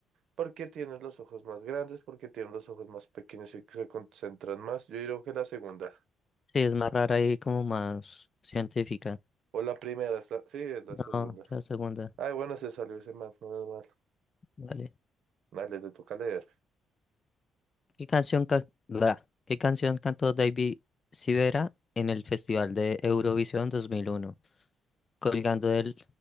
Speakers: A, on the right; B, on the left.
A: ¿Por qué tienen los ojos más grandes? ¿Por qué tienen los ojos más pequeños y que se concentran más? Yo diría que la segunda.
B: Sí, es más rara y como más científica.
A: O la primera, está... sí, es la
B: No,
A: segunda.
B: la segunda.
A: Ay, bueno, se salió ese más, no es mal.
B: Vale.
A: Dale, te toca leer.
B: ¿Qué canción, ca- bla, ¿Qué canción cantó David Sivera en el Festival de Eurovisión 2001? Colgando del,